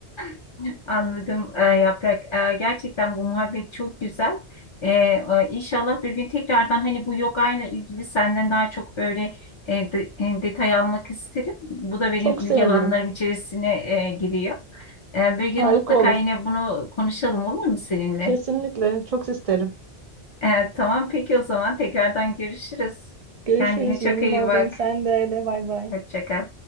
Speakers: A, on the left (about 50°); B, on the right (about 45°).
A: <laughs> Anladım e, Yaprak. E, gerçekten bu muhabbet çok güzel. E, e, İnşallah bir gün tekrardan hani bu yoga ile ilgili senden daha çok böyle e, de- e, detay almak isterim. Bu da benim
B: Çok
A: ilgi
B: sevinirim.
A: alanlarım içerisine e, giriyor. Ee, bir gün
B: Harika
A: mutlaka
B: olur.
A: yine bunu konuşalım olur mu seninle?
B: Kesinlikle. Çok isterim.
A: Ee, tamam peki o zaman tekrardan görüşürüz.
B: Görüşürüz.
A: Kendine çok
B: Memnun
A: iyi
B: oldum.
A: bak.
B: Sen de öyle. Bay bay.
A: Hoşça kal.